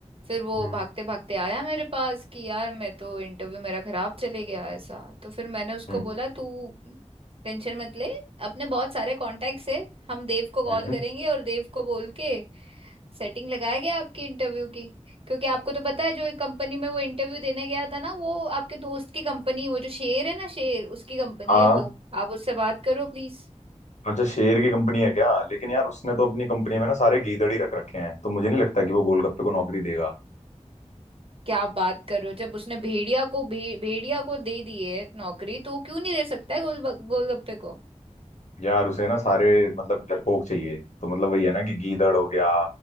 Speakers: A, on the right; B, on the left.
A: फिर वो
B: हम्म
A: भागते भागते आया मेरे पास कि यार मैं तो इंटरव्यू मेरा खराब चले गया ऐसा तो फिर मैंने उसको
B: हम्म,
A: बोला तू टेंशन मत ले अपने बहुत सारे कॉन्टेक्ट्स है हम देव को कॉल
B: हम्म।
A: करेंगे और देव को बोल के सेटिंग लगाया गया आपकी इंटरव्यू की क्योंकि आपको तो पता है जो कंपनी में वो इंटरव्यू देने गया था ना वो आपके दोस्त की कंपनी वो जो शेर है ना शेर उसकी कंपनी
B: हाँ
A: है वो आप उससे बात करो प्लीज
B: अच्छा शेर की कंपनी है क्या लेकिन यार उसने तो अपनी कंपनी में ना सारे गीदड़ ही रख रखे हैं तो मुझे नहीं लगता कि वो गोलगप्पे को नौकरी देगा
A: क्या बात कर रहे हो जब उसने भेड़िया को भे, भेड़िया को दे दी है नौकरी तो वो क्यों नहीं दे सकता है गोल गोलगप्पे को
B: यार उसे ना सारे मतलब डरपोक चाहिए तो मतलब वही है ना कि गीदड़ हो गया